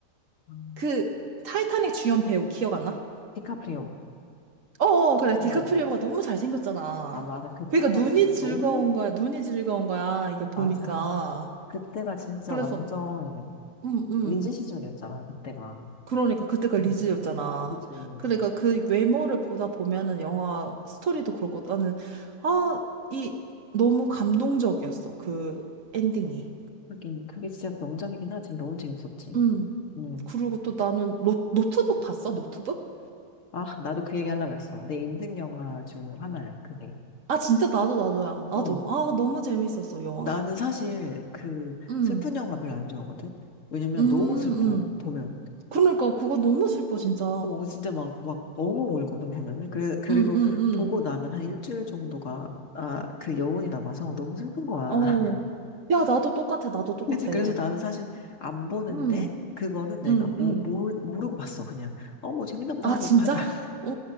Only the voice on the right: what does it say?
그, 타이타닉 주연 배우 기억 안 나?
어어, 그래,
디카프리오가 너무 잘생겼잖아.
그러니까 눈이
즐거운
거야, 눈이 즐거운 거야, 이게 보니까.
그래서,
음, 음.
그러니까 그때가
리즈였잖아.
그러니까 그 외모를 보다 보면은 영화 스토리도 그렇고 나는 아, 이 너무 감동적이었어. 그 엔딩이.
음.
그리고 또 나는 노, 노트북 봤어? 노트북?
아, 진짜 나도 나도야. 나도.
아, 너무 재밌었어, 영화.
음.
음,
음.
그러니까 그거 너무 슬퍼, 진짜.
음, 음,
음. 어. 야, 나도 똑같아. 나도
똑같아.
음.
음,
음.
아,
진짜?
어.